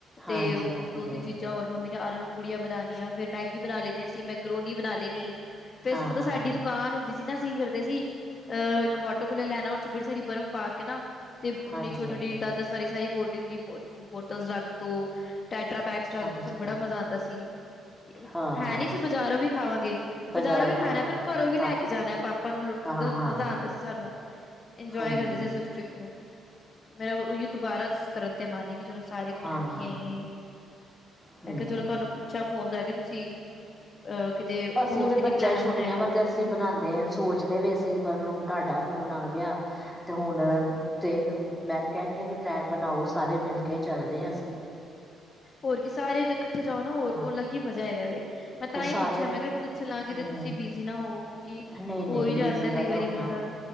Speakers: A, on the left; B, in the centre.
A: ਤੇ
B: ਹਾਂਜੀ
A: ਉਹ
B: ਹਾਂਜੀ
A: ਦੋ ਤਿੰਨ ਚੀਜ਼ਾਂ ਹੋਰ ਮੰਮੀ ਨੇ ਆਲੂ ਪੂੜੀਆਂ ਬਣਾ ਲੀਆਂ ਫਿਰ ਮੈਗੀ ਬਣਾ ਲੈਂਦੀ ਸੀ ਮੈਂ ਕਰੋਨੀ ਬਣਾ ਲੈਣੀ, ਫੇਰ
B: ਹਾਂ-ਹਾਂ।
A: ਮਤਲਬ <unintelligible> ਹੁੰਦੀ ਸੀ ਨਾ ਸੀ ਕਰਦੇ ਸੀ ਅਹ ਵਾਟਰ ਕੂਲਰ ਲੈਣਾ ਉਹ ਚ ਬੜ ਸਾਰੀ ਬਰਫ਼ ਪਾ ਕੇ ਨਾ, ਤੇ ਆਪਣੀ
B: ਹਾਂਜੀ,
A: ਛੋਟੀ
B: ਹਾਂਜੀ।
A: ਜਿਹੀ ਦਾਦਾ ਸਵਾਰੀ ਸਾਰੀ, ਕੋਲਡ ਡਰਿੰਕ ਦੀ ਬੋਟਲ ਰੱਖ ਤੋਂ ਟੈਟਰਾ ਪੈਕਸ ਰਗ
B: ਹਾਂਜੀ,
A: ਤੋਂ ਸਾਨੂੰ ਬੜਾ ਮਜ਼ਾ ਆਂਦਾ ਸੀ, ਹੈ
B: ਹਾਂ, ਹਾਂ
A: ਹੈਨੀ ਸੀ ਬਜ਼ਾਰੋਂ ਵੀ ਖਾਵਾਂਗੇ
B: ਬਜ਼ਾਰੋਂ
A: ਬਾਜ਼ਾਰੋਂ ਵੀ ਖਾਣਾ
B: ਹਾਂ
A: ਪਰ ਵੀ
B: ਖਾਣ
A: ਲੈ ਕੇ ਜਾਣਾ ਪਾਪਾ ਨੂੰ ਲੂੱਟਨ
B: ਹਾਂ, ਹਾਂ,
A: ਮਜ਼ਾ ਆਉਂਦਾ ਸੀ ਸਾਨੂੰ ਇੰਜੋਏ
B: ਹੂੰ,
A: ਕਰਦੇ ਸੀ ਅਸੀਂ ਉਸ ਟ੍ਰਿਪ ਨੂੰ ਮੇਰਾ ਉਹੀ ਦੁਬਾਰਾ ਕਰਨ ਤੇ ਮਨ ਕੀ ਚਲੋ ਸਾਰੇ
B: ਹਾਂ,
A: ਘੁੰਮ ਕੇ ਆਈਏ।
B: ਹੂੰ।
A: ਮੈਂ ਕਿਹਾ ਚਲੋ ਤੁਹਾਨੂੰ ਪੁੱਛਾ ਫੋਨ ਕਰਕੇ ਤੁਸੀਂ ਅ ਕਿਤੇ
B: ਅਸੀਂ
A: ਹੋਰ ਤੇ ਨੀ
B: ਬੱਚਿਆਂ
A: ਪਲੈਨ
B: ਛੁੱਟੀਆਂ
A: ਬਣਾਏ ਦਾ,
B: ਵਾ ਤੇ ਅਸੀਂ ਬਣਾਉਂਦੇ ਸੋਚਦੇ ਵੀਏ ਅਸੀਂ ਪਰ ਹੁਣ ਤੁਹਾਡਾ ਫੋਨ ਆ ਗਿਆ ਤੇ ਹੁਣ ਤੇ ਮੈਂ ਤਾਂ ਕਹਿਣੀ ਆ ਕਿ ਪਲੈਨ ਬਣਾਓ ਸਾਰੇ ਮਿਲ ਕੇ ਚੱਲਦੇ ਹਾਂ ਅਸੀਂ,
A: ਹੋਰ ਕੀ ਸਾਰੇ ਜ ਇੱਥੇ ਜਾਓ ਨਾ ਉਹ
B: ਹਾਂ
A: ਅਲੱਗ ਹੀ ਮਜ਼ਾ ਹੈਗਾ ਵ ਮੈਂ ਤਾਂ
B: ਫਿਰ ਸਾਰੇ
A: ਹੀ ਪੁੱਛਿਆ ਮੈਂ ਕਿਹਾ ਪੁੱਛ ਲਾਂ
B: ਹੂੰ,
A: ਕਿਤੇ ਤੁਸੀਂ ਬਿਜ਼ੀ ਨਾ ਹੋਵੋ। ਕਿਉਂਕਿ
B: ਨਹੀਂ ਨਹੀਂ
A: ਹੋ ਹੀ
B: ਬਿਜੀ
A: ਜਾਂਦਾ
B: ਦਾ
A: ਕਈ ਵਾਰੀ
B: ਦਾ ਹੋਣਾ
A: ਬੰਦਾ